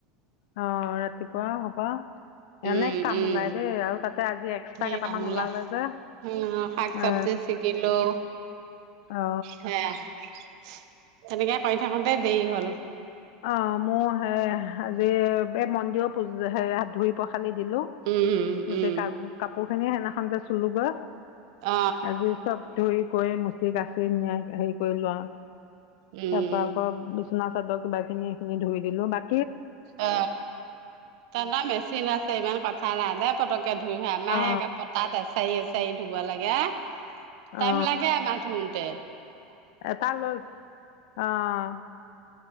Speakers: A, on the left; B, on the right.
A: অহ ৰাতিপুৱা হোপা
B: উম
A: এনে কাম
B: উম
A: ওলাই দেই আৰু তাতে আজি এক্সট্ৰা
B: ধেৰ
A: কেইটামান
B: কাম ওলাই
A: ওলালে যে
B: উম শাক চাব্জি
A: এ
B: চিগিলো
A: অ
B: হেয়াই তেনেকে কৰি থাকোতে দেৰি হল
A: অ মোৰো সেয়া আজি এই মন্দিৰৰ পূ হাত ধুই পখ ফালি দিলো
B: উম
A: গোটেই
B: উম
A: কা কাপোৰ খিনি সেইদিনাখন যে চুলোগে
B: অ
A: আজি চব ধুই কৰি মুচি কাচি নিয়া হেৰি কৰিলো আও
B: উম
A: তাৰ পৰা আকৌ বিচনা চাদৰ কিবা খিনি এইখিনি ধুই দিলো ব
B: অ ত ন মেচিন আছে ইমান কথা নাই দেই পতককে ধুই হয় আমাহে
A: অ
B: একে পতাত এছাৰি এছাৰি ধুব লাগে। টাইম
A: অ
B: লাগে আমাৰ ধোঁৱাতে।
A: এটা লৈ আহ।